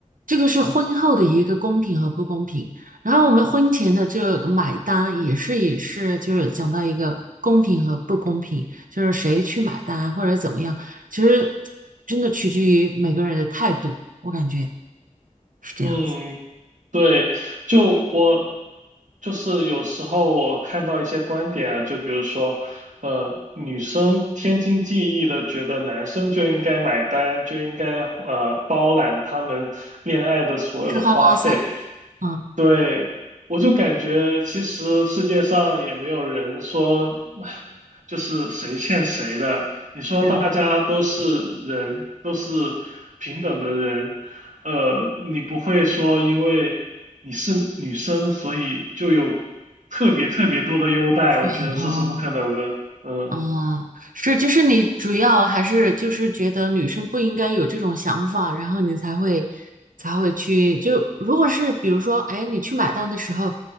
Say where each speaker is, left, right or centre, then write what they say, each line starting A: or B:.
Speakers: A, on the right; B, on the right.
A: 这个是婚后的一个公平和不公平，然后我们婚前的这个买单也是也是就是讲到一个公平和不公平，就是谁去买单或者怎么样，其实真的取决于每个人的态度，我感觉是这样子。
B: 嗯，对，就我就是有时候我看到一些观点啊，就比如说，呃，女生天经地义的觉得男生就应该买单，就应该呃包揽他们恋爱的所有的花费。
A: 吃喝拉撒，嗯，
B: 对，我就感觉其实世界上也没有人说 <sighs> 就是谁欠谁的。你说大家都是人，
A: 是
B: 都是平等的人。呃，你不会说因为你是女生，所以就有特别特别多的优待，
A: 全，
B: 我觉得这是不可能的。
A: 哦，
B: 嗯。
A: 啊，是，就是你主要还是就是觉得女生不应该有这种想法，然后你才会才会去，就如果是比如说，哎，你去买单的时候，